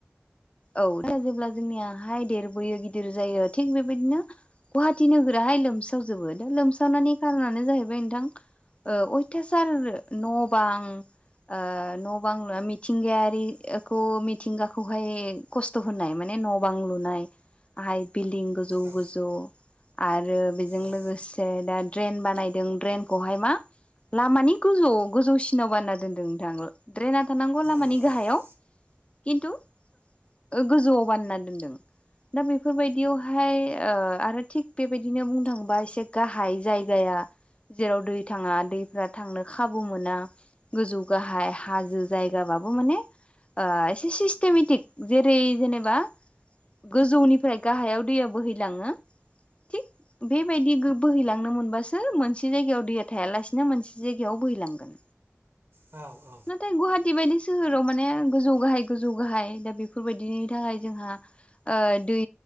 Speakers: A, on the left; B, on the right.
A: औ दा जेब्ला जोंनियाहाय देरबोयो गिदिर जायो थिग बेबायदिनो गुवाहाटि नोगोराहाय लोमसावजोबो दा लोमसावनायनि खारनानो जाहैबाय नोंथां ओ अयथासार न' बां ओ न' बां मिथिंगायारिखौ मिथिंगाखौहाय खस्थ' होनायमोन मा ने न' बां लुनाय आहाय बिल्दिं गोजौ
B: औ
A: गोजौ आरो बेजों
B: औ
A: लोगोसे दा ड्रेन बानायदों ड्रेनखौहाय मा लामानि गोजौ गोजौसिनाव बानायना दोनदों नोंथां ड्रेना थानांगौ लामानि
B: औ
A: गाहायाव किन्थु ओ गोजौआव बानायना दोनदों दा बेफोरबायदियावहाय ओ आरो थिग बेबायदिनो बुंनो थांबा एसे गाहाय जायगाया। जेराव दै थाङा दैफ्रा थांनो खाबु मोना गोजौ गाहाय हाजो जायगाबाबो माने ओ एसे सिस्टेमेटिक जेरै जेनेबा गोजौनिफ्राय गाहायाव दैया बोहैलाङो थिग बेबायदि गो बोहैलांनो मोनबासो मोनसे जायगायाव दैया थायालासिनो मोनसे जायगायाव बोहैलांगोन।
B: औ
A: नाथाय गुवाहाटि बायदि सोहोराव माने गोजौ गाहाय गोजौ गाहाय दा बेफोरबायायदिनि थाखाय जोंहा ओ दै